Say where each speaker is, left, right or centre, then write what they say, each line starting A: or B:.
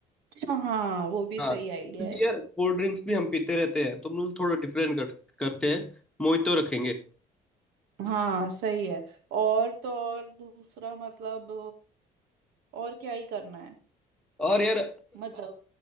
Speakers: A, on the right (about 85°); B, in the centre.
A: अच्छा हाँ वो भी
B: हाँ
A: सही
B: क्योंकि
A: आइडिया है
B: यार कोल्ड ड्रिंक्स भी हम पीते रहते हैं तो हम लोग थोड़ा डिफरेंट कर, करते हैं मोहितो रखेंगे
A: हाँ सही है और तो और दूसरा मतलब अ, और क्या ही करना है
B: और यार
A: मतलब